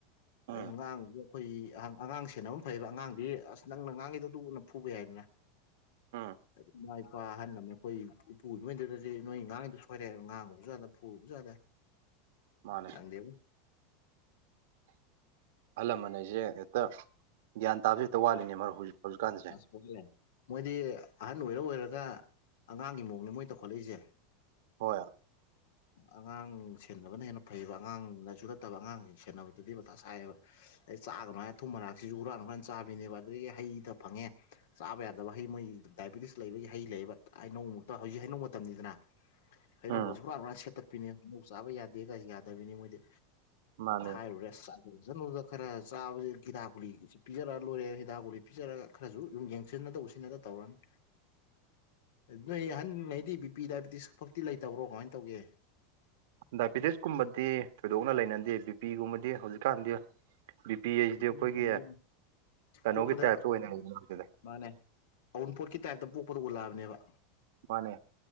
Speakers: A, on the left; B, on the right.
A: ꯑꯗꯩ
B: ꯎꯝ
A: ꯉꯥꯡꯏꯁꯦ ꯑꯩꯈꯣꯏ ꯑꯉꯥꯡ ꯁꯦꯟꯅ ꯑꯃ ꯐꯩꯕ ꯑꯉꯥꯡꯗꯤ ꯑꯁ ꯅꯪꯅ ꯉꯥꯡꯉꯤꯗꯣ ꯑꯗꯨꯅ ꯐꯨꯕ ꯌꯥꯏꯗꯅ
B: ꯎꯝ
A: <unintelligible> ꯏꯃꯥ ꯏꯄꯥ ꯑꯍꯥꯟ <unintelligible> ꯑꯩꯈꯣꯏ ꯎꯄꯨ ꯏꯕꯦꯟꯗꯥꯒꯁꯦ ꯅꯣꯏ ꯉꯥꯡꯉꯤꯗ ꯁꯣꯏꯔꯦ ꯉꯥꯡꯉꯨꯕꯁꯨ ꯌꯥꯗꯦ ꯐꯨꯨꯔꯨꯕꯁꯨ ꯌꯥꯗꯦ
B: ꯃꯥꯅꯦ
A: ꯈꯪꯗꯦꯕꯨ
B: ꯑꯍꯜ ꯂꯃꯟ ꯑꯩꯁꯦ ꯍꯦꯛꯇ ꯒ꯭ꯌꯥꯟ ꯇꯥꯕꯁꯦ ꯍꯦꯛꯇ ꯋꯥꯠꯂꯤꯅꯦ ꯃꯔ ꯍꯧꯖꯤꯛ ꯍꯧꯖꯤꯛꯀꯥꯟꯁꯦ
A: <unintelligible> ꯃꯣꯏꯗꯤ ꯑꯍꯟ ꯑꯣꯏꯔ ꯑꯣꯏꯔꯒ ꯑꯉꯥꯡꯒꯤ ꯃꯑꯣꯡꯅꯦ ꯃꯣꯏ ꯇꯧꯈꯠꯂꯛꯏꯁꯦ
B: ꯍꯣꯏ
A: ꯑꯉꯥꯡ ꯁꯦꯟꯅꯕꯅ ꯍꯦꯟꯅ ꯐꯩꯌꯦꯕ ꯑꯉꯥꯡ ꯅꯠꯇꯕ ꯑꯉꯥꯡꯁꯤꯡ ꯁꯦꯟꯅꯕꯗꯨꯗꯤ ꯃꯊꯥ ꯁꯥꯏꯌꯦꯕ ꯑꯗꯩ ꯆꯥꯒꯅꯨ ꯍꯥꯏꯔ ꯑꯊꯨꯝ ꯑꯔꯥꯛꯁꯤꯁꯨ ꯍꯨꯔꯥꯟ ꯍꯨꯔꯥꯟ ꯆꯥꯕꯤꯅꯦꯕ ꯑꯗꯨꯗꯒꯤ ꯍꯩꯗ ꯐꯪꯉꯦ ꯆꯥꯕ ꯌꯥꯗꯕ ꯍꯩ ꯃꯣꯏ ꯗꯥꯏꯕꯤꯇꯤꯁ ꯂꯩꯕꯒꯤ ꯍꯩ ꯂꯩꯕ ꯑꯩꯅꯧꯃꯨꯛꯇ ꯍꯧꯖꯤꯛ ꯍꯩꯩꯅꯧ ꯃꯇꯝꯅꯤꯗꯅ ꯍꯩꯅꯧꯒꯁꯨ
B: ꯎꯝ
A: ꯍꯨꯔꯥꯟ ꯍꯨꯔꯥꯟ ꯁꯦꯠꯇꯠꯄꯤꯅꯦ ꯃꯧ ꯆꯥꯕ ꯌꯥꯗꯦ ꯀꯥꯏꯁꯨ ꯌꯥꯗꯕꯤꯅꯦ ꯃꯣꯏꯗꯤ
B: ꯃꯥꯅꯦ
A: ꯍꯥꯏꯔꯨꯔꯦ ꯁꯠ ꯔꯤꯖꯟꯗ ꯈꯔ ꯆꯥꯕꯁꯦ ꯍꯤꯗꯥꯛ ꯒꯨꯂꯤꯁꯤ ꯄꯤꯖꯔ ꯂꯣꯏꯔꯦ ꯍꯤꯗꯥꯛ ꯒꯨꯂꯤ ꯄꯤꯖꯔꯒꯥ ꯈꯔꯁꯨ ꯗꯨꯝ ꯌꯦꯡꯁꯤꯟꯅꯗꯕ ꯎꯁꯤꯟꯅꯗ ꯇꯧꯔꯅꯤ
B: <inaudible>
A: ꯅꯣꯏ ꯑꯍꯟꯉꯩꯗꯤ ꯕꯤꯄꯤ ꯗꯥꯏꯕꯤꯇꯤꯁ ꯐꯧꯇꯤ ꯂꯩꯇꯕ꯭ꯔꯣ ꯀꯃꯥꯏ ꯇꯧꯒꯦ
B: ꯗꯥꯏꯕꯦꯇꯤꯁꯀꯨꯝꯕꯗꯤ ꯊꯣꯏꯗꯣꯛꯅ ꯂꯩꯅꯗꯦ ꯕꯤꯄꯤꯒꯨꯝꯕꯗꯤ ꯍꯧꯖꯤꯛꯀꯥꯟꯗꯤ ꯕꯤ ꯄꯤ ꯍꯥꯏꯁꯤꯗꯤ
A: ꯕꯤꯄꯤꯁꯨ
B: ꯑꯩꯈꯣꯏꯒꯤ
A: ꯇꯝꯃꯅꯤ
B: ꯀꯩꯅꯣꯒꯤ
A: ꯄꯣꯛꯄꯗ
B: ꯇꯥꯏꯞꯇ ꯑꯣꯏꯅꯔꯦ
A: ꯃꯥꯅꯦ ꯑꯎꯟꯄꯣꯠꯀꯤ ꯇꯥꯏꯞꯇ ꯄꯣꯛꯄꯗꯣ ꯎꯠꯂꯛꯑꯥꯕꯅꯦꯕ
B: ꯃꯥꯅꯦ